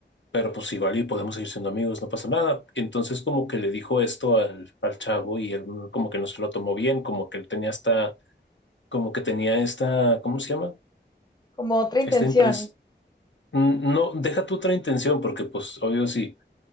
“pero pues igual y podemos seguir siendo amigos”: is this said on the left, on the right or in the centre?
Left